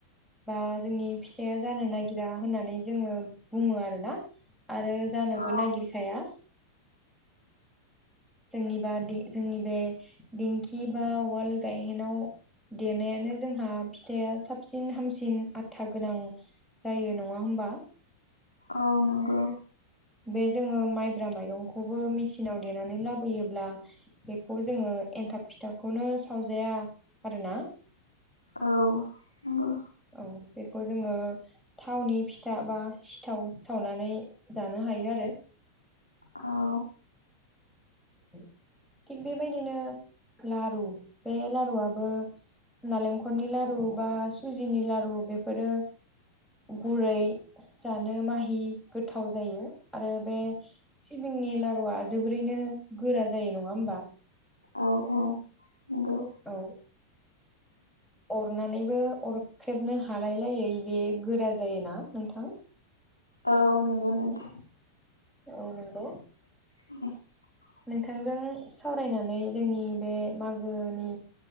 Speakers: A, in the centre; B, on the left.
A: बा जोंनि फिथाइआ जानो नागिरा होननानै जोङो बुङो आरो ना। आरो जानोबो
B: औ
A: नागिरखाया। जोंनिबा दि जोंनि बे दिंखि बा उवाल गायहेनाव देनायानो जोंहा फिथाया साबसिन हामसिन आथा गोनां जायो नङा होम बा
B: औ नंगौ।
A: बे जोङो माइब्रा माइरंखौबो मेसिनाव देनानै लाबोयोब्ला बेखौ जोङो एन्थाब फिथाखौनो सावजाया आरो ना।
B: औ नंगौ
A: औ बेखौ जोङो थावनि फिथा बा सिथाव सावनानै जानो हायो आरो
B: औ
A: थिग बे बायदिनो लारु बे लारुआबो नालेंखलनि लारु बा सुजिनि लारु बेफोरो गुरै जानो माहि गोथाव जायो। आरो बे सिबिंनि लारुआ जोबोरैनो गोरा जायो नङा होमबा?
B: औ औ नंगौ।
A: औ अरनानैबो अरख्रेबनो हालाय लायै बे गोरा जायोना नोंथां
B: औ नंगौ नोंथां
A: फनो दो <unintelligible>
B: <inaudible>
A: नोंथांजों सावरायनानै जोंनि बे मागोनि